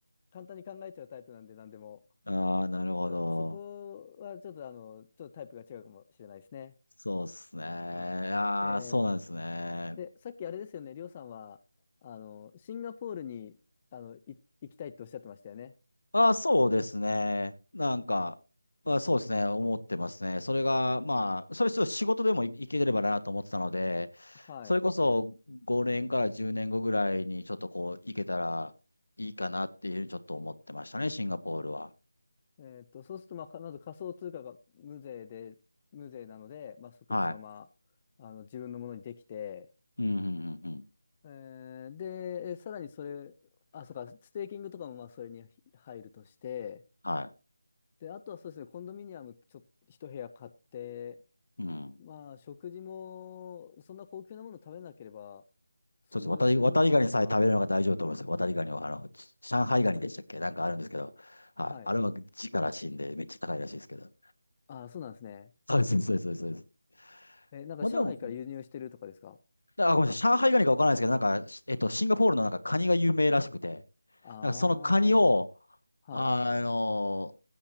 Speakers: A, on the left; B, on the left.
A: 簡単に考えちゃうタイプなんで何でも
B: <laughs> ああ、なるほど。
A: あそこはちょっとあのちょっとタイプが違うかもしれないですね。
B: そうですね。
A: はい、
B: ああ、
A: えー
B: そうなんですね。
A: でさっきあれですよねりょうさんはあのシンガポールにあのい行きたいっておっしゃってましたよね。
B: あ、そうですね。なんか、あ、そうですね。思ってますね。それが、まあ、それちょっと仕事でもい、いければなと思ってたので、
A: はい。
B: それこそ5年から10年後ぐらいにちょっとこう、行けたらいいかなっていうふうにちょっと思ってましたね、シンガポールは。
A: えーっと、そうすると、まあ、かまず仮想通貨が無税で、無税なので、まあ、即そのままあの自分のものにできて、
B: はい。うん、うん、うん、うん。
A: えーで、えさらにそれ、あ、そうか、ステーキングとかもまあそれに入るとして、
B: は
A: で、あとはそうですね、コンドミニアムちょ、一部屋買って、
B: い。うん。
A: まあ食事もそんな高級なもの食べなければ、数千万あれば、
B: そうです。渡り、渡りガニさえ食べるのが大丈夫だと思いますよ。渡りガニは、あの、上海ガニでしたっけなんかあるんですけど、はい。
A: はい。
B: あれは地から死んでめっちゃ高いらしいですけど。
A: あ、そうなんですね。
B: そうです、そうです、そうです。そうです
A: え、なんか上海から輸入してるとかですか
B: まあでも、あ、ごめんなさい。上海ガニかわからないですけど、なんか、えっと、シンガポールのなんかカニが有名らしくて、
A: ああ
B: なんかそのカニを、
A: ー、
B: あの、
A: はい、